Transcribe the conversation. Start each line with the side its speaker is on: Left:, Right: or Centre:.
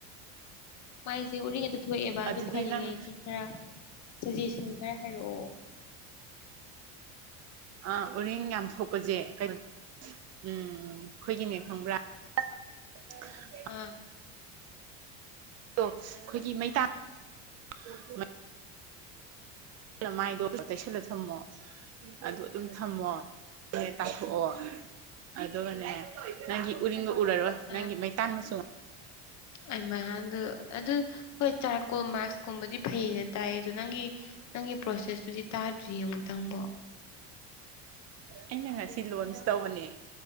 Left: ꯃꯥꯏꯖꯦ ꯎꯔꯤꯡ ꯍꯦꯛꯇ ꯊꯣꯛꯑꯦꯕ
Right: ꯑꯗꯨꯗꯤ
Left: ꯑꯗꯨ ꯐꯥꯅꯤꯡꯉꯩꯒꯤ
Right: ꯅꯪ
Left: ꯈꯔ ꯁꯖꯦꯁꯟ ꯈꯔ ꯍꯥꯏꯔꯛꯑꯣ
Right: ꯑꯥ ꯎꯔꯤꯡ ꯌꯥꯝ ꯊꯣꯛꯄꯖꯦ <inaudible> ꯎꯝ ꯈꯣꯏꯒꯤꯅꯦ ꯈꯪꯕ꯭ꯔꯥ <inaudible>
Left: ꯑ
Right: ꯇꯣ ꯈꯣꯏꯒꯤ ꯃꯩꯇꯥ <inaudible> ꯅ ꯃꯥꯏꯗꯣ ꯇꯩꯁꯜꯂ ꯊꯝꯃꯣ ꯑꯗꯨ ꯑꯗꯨꯝ ꯊꯝꯃꯣ <inaudible> ꯇꯥꯊꯣꯛꯑꯣ ꯑꯗꯨꯒꯅꯦ ꯅꯪꯒꯤ ꯎꯔꯤꯡꯗꯣ ꯎꯔꯔꯣꯏ
Left: ꯑꯥ
Right: ꯅꯪꯒꯤ ꯃꯩꯇꯥꯟ ꯃꯆꯨ
Left: ꯑꯩꯃ ꯑꯗꯨ ꯑꯗꯨ ꯍꯣꯏ ꯆꯥꯔꯀꯣꯜ ꯃꯥꯛꯁꯀꯨꯝꯕꯗꯤ ꯐꯩꯌꯦ ꯇꯥꯏꯌꯦ ꯑꯗꯨ ꯅꯪꯒꯤ ꯅꯪꯒꯤ ꯄ꯭ꯔꯣꯁꯦꯁꯇꯨꯗꯤ ꯇꯥꯗ꯭ꯔꯤꯌꯦ ꯑꯃꯨꯛꯇꯪꯕꯣ
Right: ꯑꯩꯅ ꯉꯁꯤ ꯂꯣꯟꯁ ꯇꯧꯕꯅꯦ